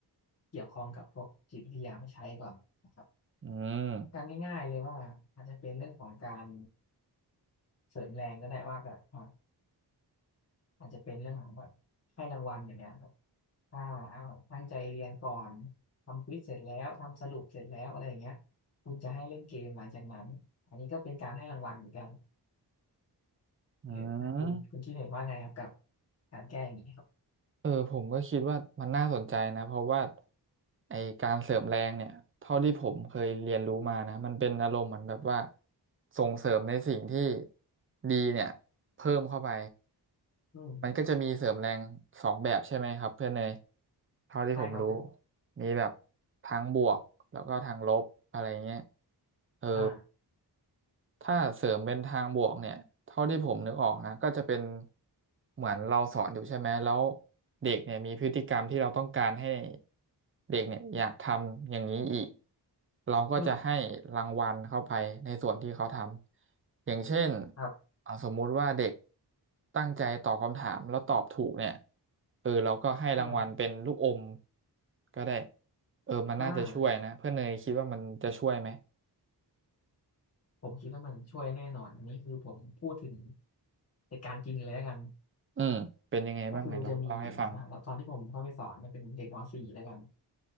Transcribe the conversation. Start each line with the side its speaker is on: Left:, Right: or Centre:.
Left: เกี่ยวข้องกับพวกจิตวิทยามาใช้ก่อนนะครับ
Right: อืม
Left: การง่ายๆเลยว่าอาจจะเป็นเรื่องของการเสริมแรงก็ได้ว่าแบบอ่าอาจจะเป็นเรื่องของแบบให้รางวัลอย่างเงี้ยแบบถ้าเอาตั้งใจเรียนก่อนทำควิซเสร็จแล้วทำสรุปเสร็จแล้วอะไรอย่างเงี้ยคุณจะให้เล่นเกมหลังจากนั้นอันนี้ก็เป็นการให้รางวัลเหมือนกัน
Right: อืม
Left: หรืออ่าคุณคุณคิดเห็นว่าไงครับกับการแก้อย่างนี้ครับ
Right: เออผมก็คิดว่ามันน่าสนใจนะเพราะว่าไอการเสริมแรงเนี่ยเท่าที่ผมเคยเรียนรู้มานะมันเป็นอารมณ์เหมือนแบบว่าส่งเสริมในสิ่งที่ดีเนี่ยเพิ่มเข้าไป
Left: อืม
Right: มันก็จะมีเสริมแรงสองแบบใช่ไหมครับเพื่อนเนยเท่าที่ผมรู้
Left: ได้ครับผม
Right: มีแบบทางบวกแล้วก็ทางลบอะไรเงี้ยเออ
Left: อ่า
Right: ถ้าเสริมเป็นทางบวกเนี่ยเท่าที่ผมนึกออกนะก็จะเป็นเหมือนเราสอนอยู่ใช่ไหมแล้วเด็กเนี่ยมีพฤติกรรมที่เราต้องการให้เด็กเนี่ยอยากทำอย่างนี้อีกเราก็จะให้รางวัลเข้าไปในส่วนที่เขาทำอย่างเช่น
Left: อืมครับ
Right: เอาสมมุติว่าเด็กตั้งใจตอบคำถามแล้วตอบถูกเนี่ยเออเราก็ให้รางวัลเป็นลูกอม
Left: อืม
Right: ก็ได้เออมันน่าจะช่วยนะเพื่อนเนยคิดว่ามันจะช่วยไหม
Left: อ่า ผมคิดว่ามันช่วยแน่นอน อันนี้คือผมพูดถึงเหตุการณ์จริงเลยแล้วกัน
Right: อืมเป็นยังไงบ้างไหนลองเล่าให้ฟัง
Left: ก็คือจะมีอ่าตอนที่ผมเข้าไปสอนเนี่ยเป็นเด็กมสี่แล้วกัน